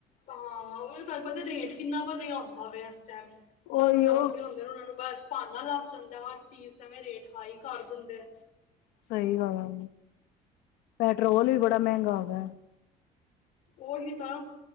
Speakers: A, on the left; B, on the left.
A: ਹਾਂ ਉਹ ਤੁਹਾਨੂੰ ਪਤਾ ਰੇਟ ਕਿੰਨਾ ਵਧੀਆ ਹੁੰਦਾ ਵੇ। ਮ <unintelligible>
B: ਉਹੀਓ
A: ਸਭ ਜਾਣਦੇ ਹੁੰਦੇ ਨੇ ਉਹਨਾਂ ਨੂੰ ਬਸ। ਭਾਨਾ ਲੱਭ ਜਾਂਦਾ ਅਜ। ਚੀਜ਼ ਸਮੇਂ ਰੇਟ ਹਾਈ। ਕਰ ਦਿੰਦੇ
B: ਸਹੀ ਗੱਲ ਹੈ, ਪੈਟਰੋਲ ਵੀ ਬੜਾ ਮਹਿੰਗਾ ਹੋ ਗਿਆ।
A: ਉਹੀ ਤਾਂ।